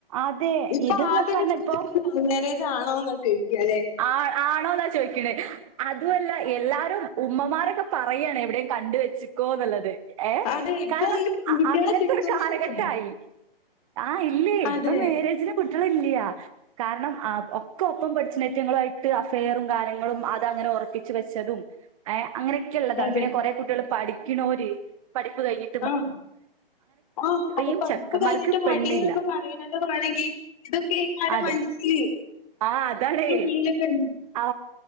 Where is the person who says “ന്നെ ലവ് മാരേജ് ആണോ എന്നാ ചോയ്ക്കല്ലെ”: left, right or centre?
Left